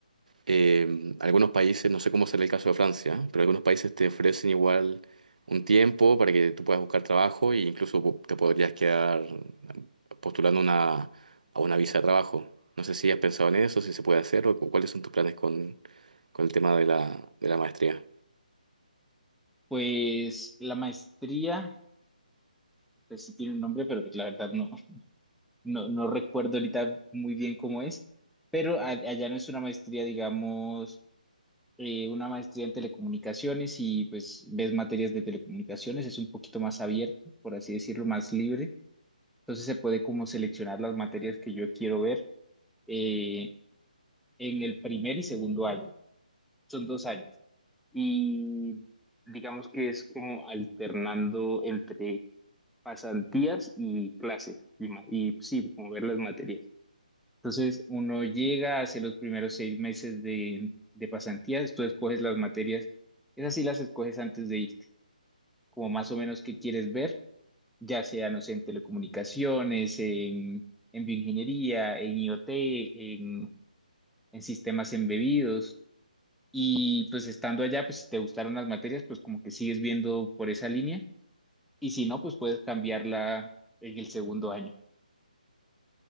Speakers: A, on the right; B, in the centre.
A: eh, algunos países, no sé cómo será el caso de Francia, pero algunos países te ofrecen igual un tiempo para que tú puedas buscar trabajo e incluso po- te podrías quedar postulando una, a una visa de trabajo. No sé si has pensado en eso, si se puede hacer o cu- cuáles son tus planes con, con el tema de la, de la maestría.
B: Pues la maestría, pues sí tiene un nombre, pero pues la verdad no, <laughs> no, no recuerdo ahorita muy bien cómo es, pero a- allá no es una maestría, digamos. eh, una maestría en telecomunicaciones y pues ves materias de telecomunicaciones, es un poquito más abierto, por así decirlo, más libre. Entonces se puede como seleccionar las materias que yo quiero ver eh, en el primer y segundo año. Son dos años. Y digamos que es como alternando entre pasantías y clases y, ma- y sí, como ver las materias. Entonces, uno llega, hace los primeros seis meses de, de pasantías, tú escoges las materias, esas sí las escoges antes de irte, como más o menos qué quieres ver, ya sea, no sé, en telecomunicaciones, en, en bioingeniería, en IoT, en, en sistemas embebidos. Y pues estando allá, pues si te gustaron las materias, pues como que sigues viendo por esa línea. Y si no, pues puedes cambiarla en el segundo año.